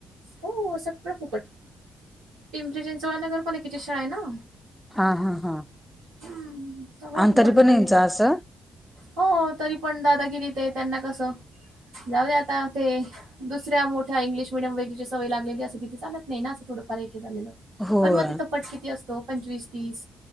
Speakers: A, on the right; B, in the centre.
A: हो.. सगळं फुकट पिंपरी चिंचवड नगरपालिकेची शाळा आहे ना.
B: हा हा हा.
A: हम्म सगळं
B: आणि
A: फुकट
B: तरी पण
A: मिळतो.
B: यांचं असं
A: हो तरी पण दादागिरी ते त्यांना कसं जाऊ दे आता ते. दुसऱ्या मोठ्या इंग्लिश मिडयम वैगरीची सवय लागलेली असं तिथे चालत नाही ना असं थोडंफार एक हे झालेलं
B: होय
A: पण मग तिथं पट किती असतो पंचवीस तीस